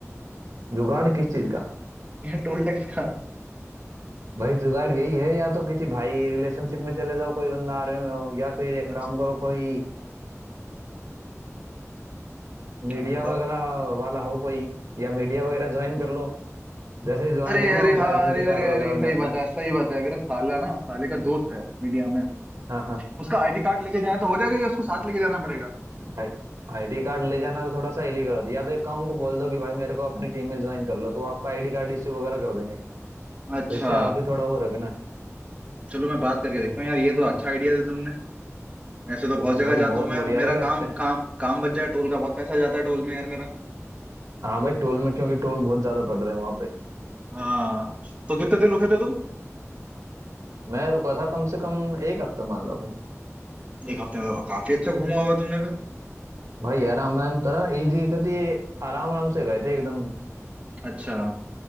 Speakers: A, on the right; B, on the right.
A: जुगाड़ किस चीज का
B: यार टोल टैक्स का
A: भाई जुगाड़ यही है या तो किसी भाई रिलेशनशिप में चले जाओ कोई बंदा आर्मी में हो या फिर एक
B: अच्छा
A: काम करो कोई मीडिया
B: हाँ बताओ
A: वगैरह वाला हो कोई या मीडिया वगैरह ज्वाइन कर लो जैसे ही ज्वाइन
B: अरे
A: कर
B: अरे
A: लो उनका
B: हाँ
A: आइडेंटिटी
B: अरे अरे
A: कार्ड वगैरह
B: अरे सही
A: बन जाता
B: बात
A: है
B: है सही बात है मेरा साला ना साले का दोस्त है मीडिया में
A: हाँ हाँ
B: उसका आईडी कार्ड लेके जाए तो हो जाएगा या उसको साथ लेके जाना पड़ेगा
A: भाई आईडी कार्ड ले जाना तो थोड़ा सा इलीगल होता है या तो एक काम उनको बोल दो कि भाई मेरे को अपनी टीम में ज्वाइन कर लो तो वो आपका आईडी कार्ड इश्यू वगैरह कर देंगे
B: अच्छा
A: तो इससे आप भी थोड़ा वो रखना
B: चलो मैं बात करके देखता हूँ यार ये तो अच्छा आइडिया दे तुमने ऐसे तो बहुत
A: हाँ
B: जगह
A: भाई
B: जाता
A: बहुत
B: हूँ मैं
A: बढ़िया
B: मेरा
A: रहेगा
B: काम
A: इससे
B: काम काम बच जाए टोल का बहुत पैसा जाता है टोल में यार मेरा
A: हाँ भाई टोल में क्योंकि टोल बहुत ज्यादा पड़ रहे हैं वहां पे
B: हाँ तो कितने दिन रुके थे तुम
A: मैं रुका था कम से कम एक हफ्ता मान लो भाई
B: एक हफ्ते में तो काफी अच्छा घूमा होगा तुमने फिर
A: भाई आराम आराम तरह इजी कर दिए आराम आराम से गए थे एकदम
B: अच्छा